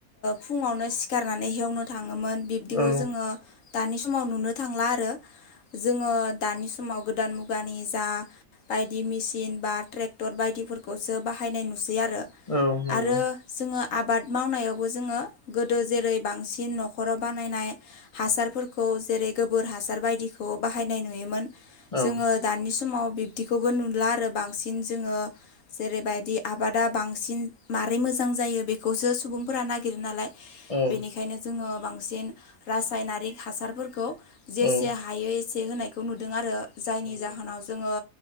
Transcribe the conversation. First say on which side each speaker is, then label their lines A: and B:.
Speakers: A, on the left (about 65°); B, on the left (about 35°).
A: फुंङावनो सिखारनानै हेवनो थांङोमोन बिब्दिखौ
B: औ
A: जोंङो दानि समाव नुनो थांला आरो जोंङो दानि समाव गोदान मुगानि जा बायदि मेसिन बा ट्रेक्टर बायदिफोरखौसो बाहायनाय नुसै आरो
B: औ नंगौ
A: आरो जोंङो आबाद मावनायावबो जोंङो गोदो जेरै बांसिन न'खराव बानायनाय हासारफोरखौ जेरै गोबोर हासार बायदिखौ बाहायनाय नुयोमोन
B: औ
A: जोंङो दानि समाव बिब्दिखौबो नुला आरो बांसिन जोंङो जेरैबायदि आबादा बांसिन मारै मोजां जायो बेखौसो सुबुंफोरा नागिरो नालाय बेनिखायनो
B: औ
A: जोंङो बांसिन रासायनारिक हासारफोरखौ जेसे
B: औ
A: हायो एसे होनायखौ नुदों आरो जायनि
B: नंगौ
A: जाहोनाव जोंङो